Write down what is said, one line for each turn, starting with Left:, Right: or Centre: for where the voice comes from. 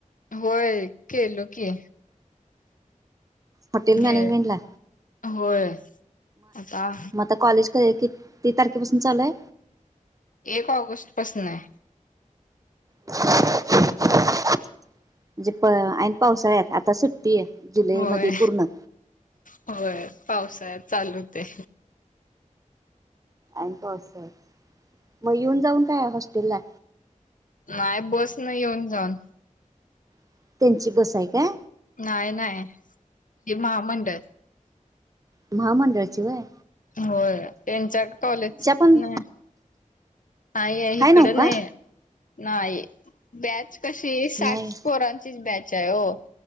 Left: होय केलो की.
Right: हॉटेल मॅनेजमेंट
Left: ये
Right: ला,
Left: होय आता
Right: म आता कॉलेज कधी किती तारखेपासून चालूय?
Left: एक ऑगस्ट पासून आहे.
Right: म्हणजे प आणिन पावसाळ्यात आता सुट्टी आहे. जुलै
Left: होय
Right: मध्ये पूर्ण
Left: होय पावसात चालू होतय.
Right: ऐन पावसाळ्यात, मग येऊन जाऊन काय हॉस्टेल ला?
Left: <inaudible> नाही बस न येऊन जाऊन.
Right: <inaudible> त्यांची बस आहे का?
Left: <inaudible> नाही नाही ह महामंडळ.
Right: <inaudible> महामंडळाचीि वय
Left: <inaudible> होय त्यांच्या कॉलेज
Right: पण
Left: नाही. <inaudible> नाही आहे
Right: हाय
Left: इकडं
Right: नव्ह का
Left: नाही नाही बच <inaudible> कशी साठ
Right: नाही
Left: परांचीच बॅच आहे हो